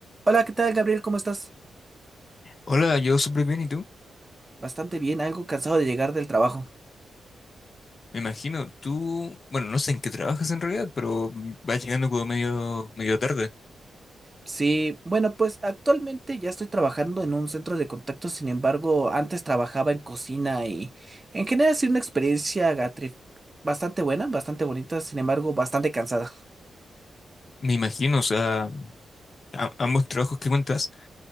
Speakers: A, on the right; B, on the left.
A: Hola, ¿qué tal, Gabriel? ¿Cómo estás?
B: Hola, yo súper bien, ¿y tú?
A: Bastante bien, algo cansado de llegar del trabajo.
B: Me imagino, tú, bueno, no sé en qué trabajas en realidad, pero mm, vas llegando como medio, medio tarde.
A: Sí, bueno, pues actualmente ya estoy trabajando en un centro de contacto, sin embargo, antes trabajaba en cocina y en general ha sido una experiencia Gatri, bastante buena, bastante bonita, sin embargo, bastante cansada.
B: Me imagino, o sea, a- ambos trabajos que cuentas